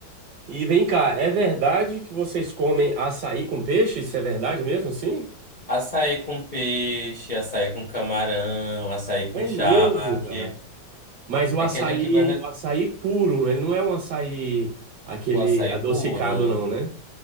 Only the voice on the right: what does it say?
E vem cá, é verdade que vocês comem açaí com peixe? Isso é verdade mesmo assim?
É
mesmo, cara. Mas o açaí,
o açaí puro, ele não é um açaí aquele
adocicado,
não, né?